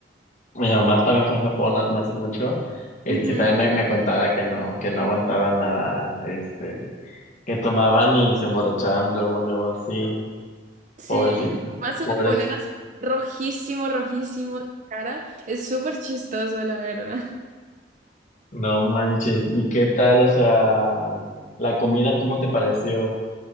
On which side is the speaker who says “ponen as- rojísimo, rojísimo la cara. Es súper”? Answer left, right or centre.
Right